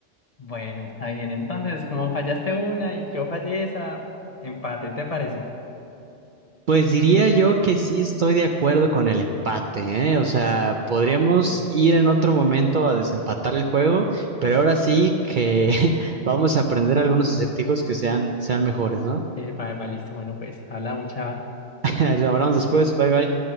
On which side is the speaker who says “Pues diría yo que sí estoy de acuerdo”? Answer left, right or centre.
Right